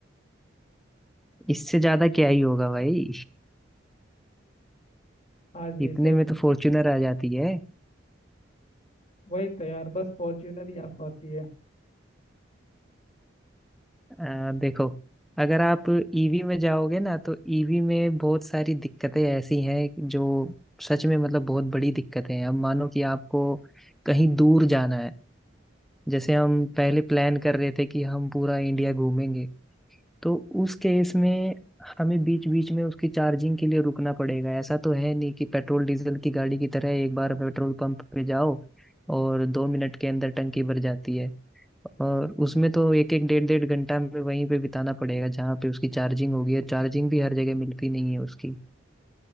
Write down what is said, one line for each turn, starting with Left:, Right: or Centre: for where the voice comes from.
Centre: इससे ज्यादा क्या ही होगा भाई
Left: हाँ जी
Centre: इतने
Left: सही
Centre: में
Left: बात
Centre: तो फॉर्च्यूनर आ जाती है
Left: वही तो यार बस फॉर्च्यूनर ही आ पाती है
Centre: आ, देखो अगर आप ईवी में जाओगे ना तो ईवी में बहुत सारी दिक्कतें ऐसी हैं जो सच में मतलब बहुत बड़ी दिक्कतें हैं अब मानो कि आपको कहीं दूर जाना है जैसे हम पहले प्लान कर रहे थे कि हम पूरा इंडिया घूमेंगे तो उस केस में हमें बीच बीच में उसकी चार्जिंग के लिए रुकना पड़ेगा ऐसा तो है नहीं कि पेट्रोल डीजल की गाड़ी की तरह एक बार पेट्रोल पंप पे जाओ और दो मिनट के अंदर टंकी भर जाती है और उसमें तो एक एक डेढ़ डेढ़ घंटा में वहीं पे बिताना पड़ेगा जहाँ पे उसकी चार्जिंग होगी और चार्जिंग भी हर जगह मिलती नहीं है उसकी